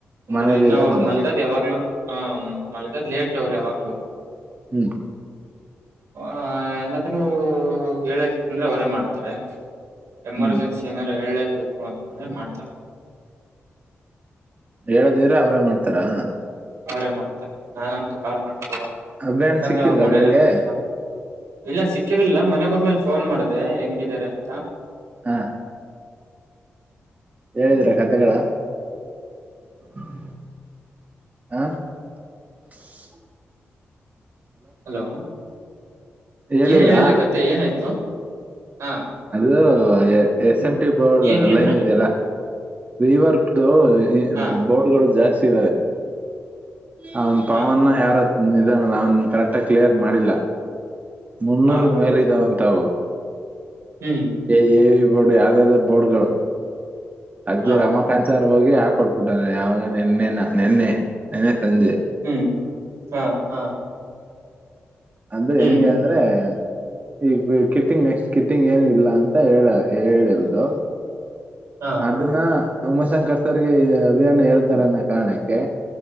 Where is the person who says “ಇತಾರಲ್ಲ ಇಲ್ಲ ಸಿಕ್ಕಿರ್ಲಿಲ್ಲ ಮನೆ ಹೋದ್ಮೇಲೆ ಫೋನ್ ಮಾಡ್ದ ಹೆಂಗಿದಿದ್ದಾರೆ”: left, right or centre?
Right